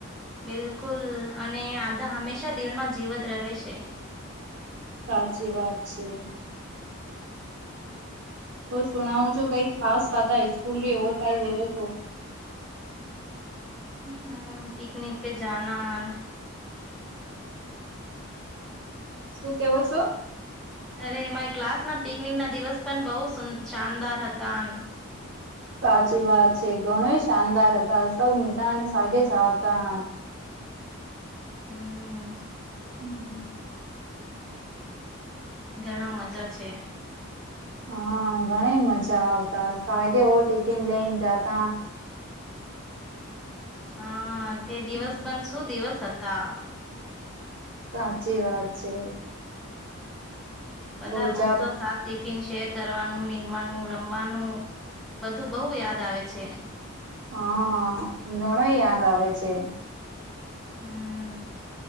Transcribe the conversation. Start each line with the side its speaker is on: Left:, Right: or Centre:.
Centre: બિલકુલ, અને આ તો હંમેશા દિલમાં જીવત રહે છે.
Right: સાચી વાત છે. તો સુણાવજો કાઈ ખાસ વાતા ઈસ્કૂલ ઓર કાઈ લેવે તો.
Centre: હમ્મ, પિકનિક પે જાના.
Right: શું કેવો છો?
Centre: અરે એમાંય ક્લાસ ના પિકનિક ના દિવસ પણ બહું સું શાનદાર હતા.
Right: સાચી વાત છે. ઘણુંય શાનદાર હતા, સબ મિત્રાને સાગે જ આવતા.
Centre: હમ્મ.
Right: હમ્મ.
Centre: ઘણા મજા છે.
Right: હા ઘણી મજા આવતા, સાગે ઓ ટિફિન લઈન જાતા.
Centre: હા, તે દિવસ
Right: હમ
Centre: પન શું દિવસ હતા.
Right: સાચી વાત છે.
Centre: બધા
Right: ઓજા
Centre: દોસ્તો સાથ ટિફિન શેર કરવાનું, મીનવાનું, રમવાનું બધું બહુ યાદ આવે છે.
Right: હા. ઘણો યાદ આવે છે.
Centre: હમ્મ.